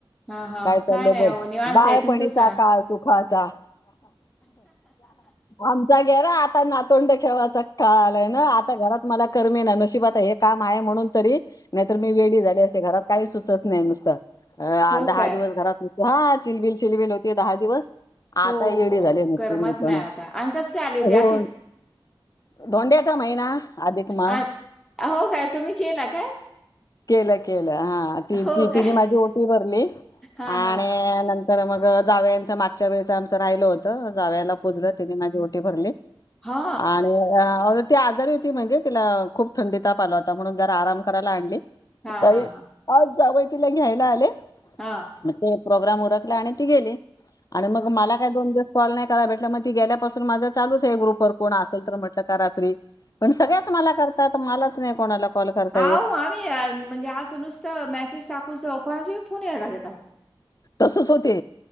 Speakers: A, in the centre; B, on the left.
A: हा हा
B: काय चाललंय
A: नाही
B: बोल
A: हो निवांत
B: बाळपणीचा
A: आहे तुमचंच सांगा.
B: काळ सुखाचा आमचा घेर आता नातोंड खेवाचा काल आहे ना आता घरात मला कर्मी नशिबात आहे हे काम आहे म्हणून तरी नाहीतर मी वेळी झाली असते घरात काही सुचत नाही नुसत
A: हो
B: दहा
A: काय?
B: दिवस घरात हा चिलबिल चिलबिल होती दहा दिवस
A: हो
B: आता येडी
A: हो
B: झाले
A: हो
B: म तु्ही
A: करमत
B: पणा
A: नाही आता अंकच काय आली होती
B: होन
A: अशीच
B: धोंड्याचा महिना अधिक मास
A: अ हो काय तुम्ही केला काय
B: केलं केलं हा तिची
A: हो काय
B: तिने माझी ओटी भरली
A: हा
B: आणि
A: हा हा
B: नंत तर मग जावया यांच्या मागच्या वेळेच आमचं राहिलं होतं जाव्याला प पुजलं तिने माझी ओटी भरली
A: हा
B: आणि ती आजारी होती म्हणजे तिला खूप थंडी ताप आला होता म्हणून जर आराम करायला आणली का
A: हा हा हा
B: आज जावय तिला घ्यायला आले
A: हा
B: ते प्रोग्राम ओरखला आणि ती गेली आणि मग मला काय दोन दिव कॉल नाही करा भेटला मग ती गेल्यापासून माझं चालूच आहे ग्रुप वर कोण असेल तर म्हटलं कराखरी पण सगळ्याच मला करतात मलाच नाही कोणाला कॉल करता
A: ह
B: येत
A: आम्ही म्हणजे आज नुसत मेसेज टाकूो कोणाशी फोन यायला लागेल
B: तसच होते